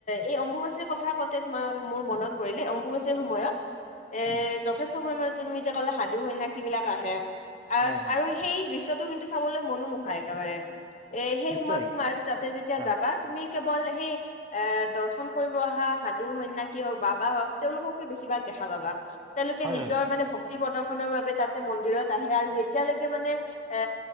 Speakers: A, on the left (about 40°); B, on the right (about 25°).
A: এই অম্বুবাচীৰ কথা কওঁতে তোমাৰ মোৰ মনত পৰিলে অম্বুবাচীৰ সময়ত এ
B: উম
A: যথেষ্ট পৰিমাণে তুমি যে কলা সাধু, সন্যাসী বিলাক আহে। আ
B: হয় হয়
A: আৰু সেই দৃশ্যটো কিন্তু চাবলৈ মনোমোহা একেবাৰে এ সেই
B: নিশ্চয়
A: সময়ত তোমাৰ তাতে যেতিয়া
B: হয়
A: যাবা তুমি কেৱল সেই এ দৰ্শন কৰিব আহা সাধু সন্ন্যাসী হওক বাবা হওক তেওঁলোককে বেছিভাগ দেখা পাবা। তেওঁলোকে
B: হয়
A: নিজৰ
B: হয়
A: মানে ভক্তি প্ৰদৰ্শনৰ বাবে তাতে মন্দিৰত আহে আৰু যেতিয়ালৈকে মানে এ